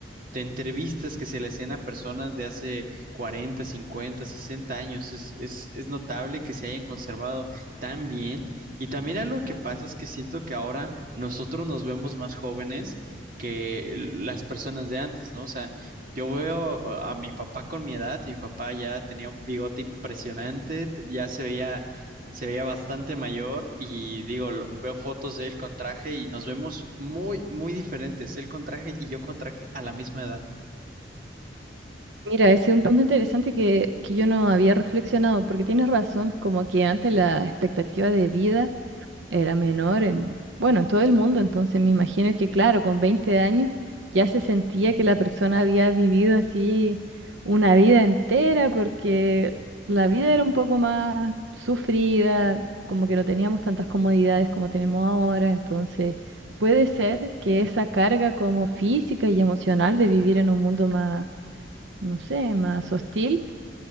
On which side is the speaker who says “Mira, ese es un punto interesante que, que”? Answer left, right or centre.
Right